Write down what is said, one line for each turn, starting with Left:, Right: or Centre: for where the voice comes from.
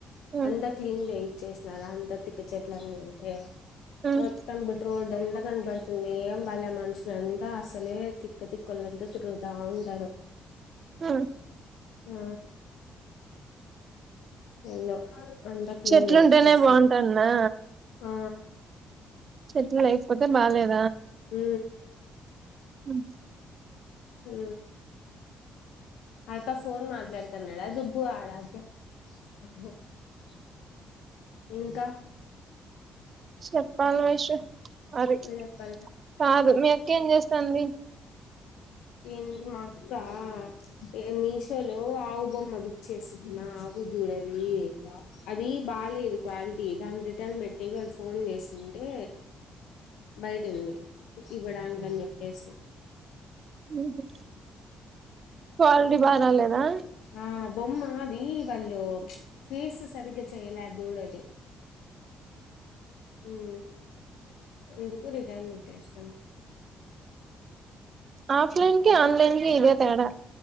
Right: ఉమ్
Left: అంతా క్లీన్ చే చేసిన అంత తిక్క చెట్లన్న ఉంటే
Right: ఉమ్
Left: మొం రోడ్ పెంత కనపడుతుంది ఏం పళ్లేె మనుషులంతా అసలే తిక్క్కతికులంతా తిరుగుతా ఉంటారు
Right: ఆ
Left: ఆ ఎందో అంతా క్లీన్
Right: చెట్లుంటేనే
Left: చేయిచ్చేస్తునామ్
Right: బాగుంటాన్నా
Left: ఆ
Right: చె అయిపోతే బాలేదు
Left: హ
Right: అ <unintelligible>
Left: హ అయప్ప ఫోన్ మాట్లాడతాను నాడా దుబ్బు ఆడాదు <unintelligible> ఇంకా
Right: చెప్పాలి విష హరి
Left: చెప్పాల
Right: కాదు మీ అక్కేం చేస్తాంది
Left: ఎంది మ అక్క ఏ మీషోలో పావు బొమ్మ బుక్ చేసమా ఆవు దూడది అది బాల క్వాలిటీ దాని రిటర్న్ పెట్టటికి వాళ్ళు ఫోన్ చేస్తుంటే బయటి ఉంది ఇకి బడన్గంజ అబ్ప్పేస
Right: ఉహు, క్వాలిటీ బా రాలేదా.
Left: ఆ బొమ్మ అది వాళ్ళు ఫేస్ సరిగ్గా చేయలే దూడ ది ఉమ్ అందుకు రిటర్న్ పెట్టేసినాం
Right: ఆఫ్లైన్ కి, ఆన్లైన్కి ఇదే తేడా